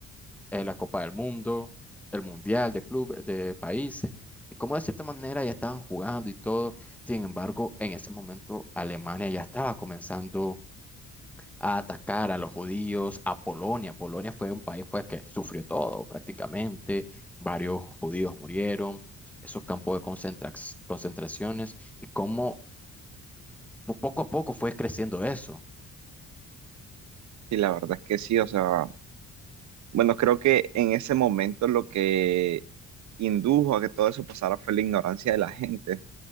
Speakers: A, in the centre; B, on the right.
A: eh, la Copa del Mundo, el Mundial de clubes, de países, y como de cierta manera ya estaban jugando y todo. Sin embargo, en ese momento Alemania ya estaba comenzando a atacar a los judíos, a Polonia. Polonia fue un país pues que sufrió todo prácticamente, varios judíos murieron, esos campos de concentra- concentraciones, y cómo po- poco a poco fue creciendo eso.
B: Y la verdad es que sí, o sea, bueno, creo que en ese momento lo que indujo a que todo eso pasara fue la ignorancia de la gente.